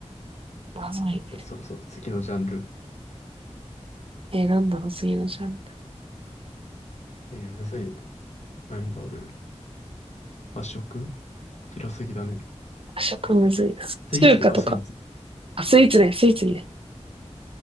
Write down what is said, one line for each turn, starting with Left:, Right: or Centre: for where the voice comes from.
Right: 謎い。
Left: でそろそろ次のジャンル。
Right: えー、なんだろう、次のジャンル。
Left: えー、むずいね。何がある和食広すぎだね。
Right: 和食むずいな。
Left: スイーツでいこう、
Right: 中華とか。
Left: スイーツ。
Right: あ、スイーツね、スイーツにね。